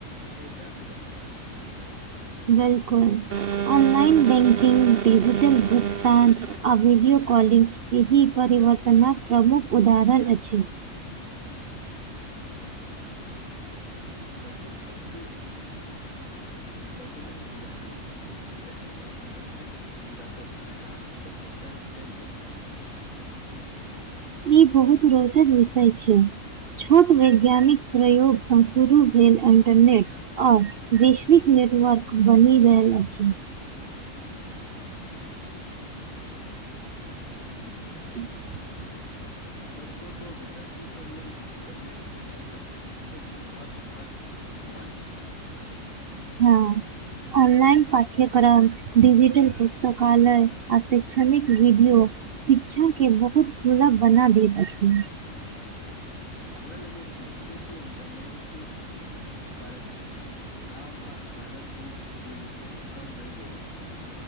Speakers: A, on the left; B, on the right.
A: कयल जा सकैत छै
B: बिल्कुल ऑनलाइन बैंकिंग डिजिटल भुगतान आ वीडियो कॉलिंग एहि परिवर्तनक प्रमुख उदाहरण अछि
A: <inaudible> डॉक्यूमेंट देखलु जाहि में इंटरनेट विकास क इतिहास पर चर्चा कयल गेल छल
B: इ बहुत रोचक विषय छै छोट वैज्ञानिक प्रयोग स शुरू भेल इन्टरनेट आओर वैश्विक नेटवर्क बनि रहल अछि।
A: बिलकुल
B: <unintelligible>
A: सच कहु त विद्यार्थी सब लेल इंटरनेट ज्ञानक एक विशाल भण्डार समान छै।
B: हँ आनलाइन पाठ्यक्रम डिजिटल पुस्तकालय आ शैक्षणिक वीडियो शिक्षा के बहुत सुलभ बना देैत अछि
A: हमरा लगैत अछि जे इंटरनेटक कारन गाम आ शहरक बीच दूरी सेहो कम भए गेल अछि।